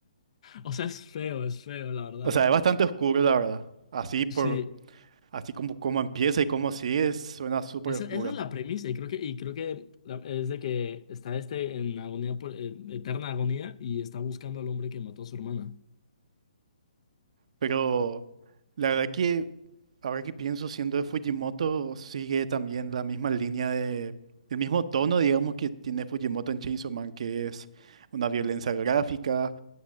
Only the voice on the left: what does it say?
O sea, es feo, es feo, la verdad.
Sí.
Esa,
esa es la premisa, y creo que, y creo que la- es de que está este en agonía por, eh, eterna agonía y está buscando al hombre que mató a su hermana.